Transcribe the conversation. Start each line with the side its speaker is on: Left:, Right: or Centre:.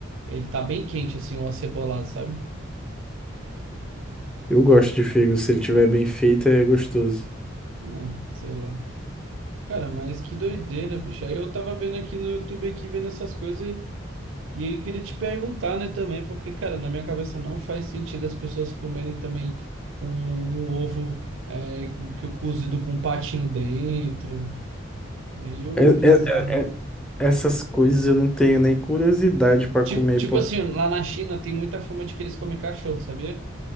Right: ele tá bem quente, assim, ou acebolado, sabe?
Centre: Eu gosto de fígado, se ele tiver bem feito, é gostoso.
Right: É, sei lá. Cara, mas que doideira, bicho. Aí eu tava vendo aqui no YouTube, aqui, vendo essas coisas, e aí queria te perguntar, né, também, porque, cara, na minha cabeça não faz sentido as pessoas comerem também um, um ovo é, que eu cozido com um patinho dentro. Meio
Centre: É,
Right: bizarro.
Centre: é, é, essas coisas eu não tenho nem curiosidade pra
Right: Tipo,
Centre: comer,
Right: tipo
Centre: pô.
Right: assim, lá na China tem muita fama de que eles comem cachorro, sabia?